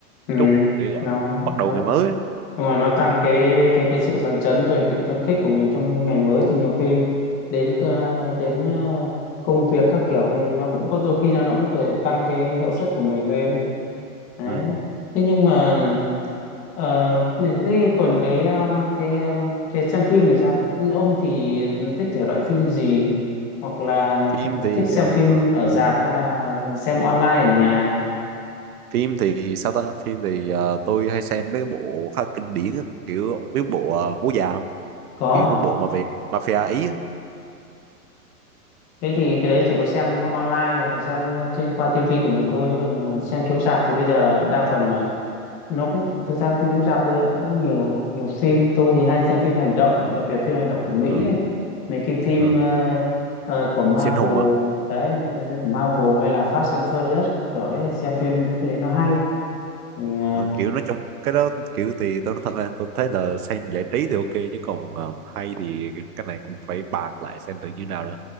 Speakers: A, on the left; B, on the right.
A: ừ,
B: chút để gọi
A: nó
B: bắt đầu
A: nó
B: ngày mới
A: ngoài nó tăng cái cái cái sự phấn chấn rồi cái phấn khích của mình trong ngày mới thì nhiều khi đến cơ- đến ờ, công việc các kiểu thì nó cũng có đôi khi là nó cũng có thể tăng cái hiệu suất của mình lên đấy
B: ừ.
A: thế nhưng mà ờ, thế còn cái ờ, cái um, cái xem phim thì sao ông thì thích thể loại phim gì hoặc là
B: phim thì
A: thích xem
B: ờ,
A: phim
B: ờ,
A: ở rạp hay là xem online ở nhà
B: phim thì sao ta phim thì ờ, tôi hay xem mấy cái bộ khá kinh điển á. kiểu ông biết bộ ờ, bố già không
A: có
B: kiểu cái bộ mà về mafia ý á.
A: thế thì cái đấy chỉ có xem online hoặc là xem ờ, trên qua tivi của mình thôi chứ còn ờ, xem chiếu rạp thì bây giờ đa phần nó cũng thực ra phim chiếu rạp bây giờ nó cũng có nhiều nhiều phim tôi thì hay xem phim hành động đặc biệt phim hành động của Mỹ
B: ừ.
A: đấy mấy cái phim
B: ừ.
A: ờ, ờ, của Marvel
B: siêu hùng à
A: đấy mấy cái phim của Marvel hay là Fast and Furious kiểu đấy xem phim những phim đấy nó hay thì ờ,
B: Ờ, kiểu nói trong cái đó kiểu thì tôi nói thật là tôi thấy là xem giải trí thì ok chứ còn ờ, hay thì cái này cũng phải bàn lại xem thử như nào đó